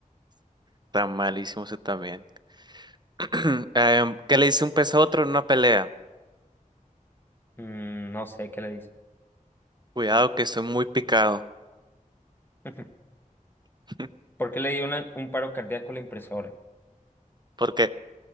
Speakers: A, on the right; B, on the left.
A: Está malísimo ese también. <clears throat> Em, ¿qué le dice un pez a otro en una pelea?
B: Mm, no sé qué le dice.
A: Cuidado que estoy muy picado.
B: <laughs>
A: <laughs>
B: ¿Por qué le dio una- un paro cardíaco a la impresora?
A: ¿Por qué?